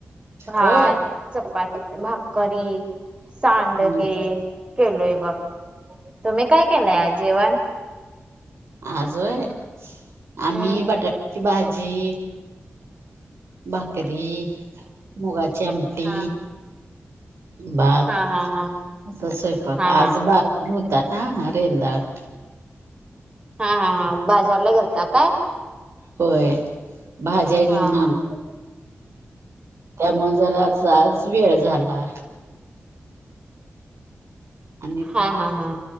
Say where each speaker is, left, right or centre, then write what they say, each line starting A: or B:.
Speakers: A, on the right; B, on the right.
A: भात,
B: होय
A: चपात भाकरी, सांडगे
B: हं,
A: केलय बघ. तुम्ही काय केलंय आज जेवण?
B: आज व्हय? आम्ही
A: हम्म
B: बटाट्याची भाजी, भाकरी, मुगाची आमटी,
A: हा
B: भात
A: हा हा हा
B: असा स्वैपाक.
A: हा हा
B: आज भात होता ना रेंदात.
A: हा हा हां बाजारला गेलता काय?
B: होय. भाज्या घेऊन
A: हा हा
B: आल त्यामुळे जरासा आज वेळ झाला. आणि
A: हा हा हां